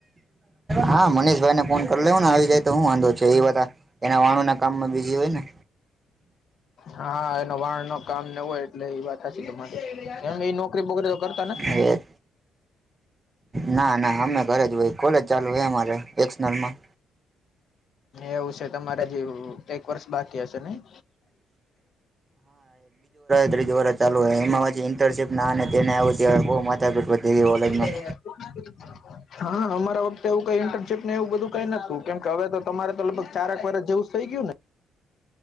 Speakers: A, on the right; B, on the left.
A: હા મનીષભાઈને ફોન કરી લેવ ને આવી જાય તો હું વાંધો છ એ વા એના વાણુ ના કામમાં બીઝી હોય ને
B: હા એનો વાણ ન કામ ન હોય એટલે એ વાત સાચી તમારી નોકરી વગેરે તો કરતા નથી
A: એ
B: ને
A: ના ના અમે ઘરે જ હોય કોલેજ ચાલુ હે અમારે એક્ઝનલ મા
B: એવું છે તમારે જેવું એક વર્ષ બાકી હશે નઈ
A: હરિદ્વારા ચાલુ એમાં પછી ઇન્ટર્નશીપ ના અને તેને આવ બહુ માથાકૂટ વધી ગઈ કોલેજમાં
B: <unintelligible> હા અમારા વખતે એવું કઈ ઇન્ટર્નશીપ ને એવું બધું કઈ નતું કેમ કે હવે તો તમારે તો લગભગ ચાર આક વરસ જેવું થઈ ગયું ને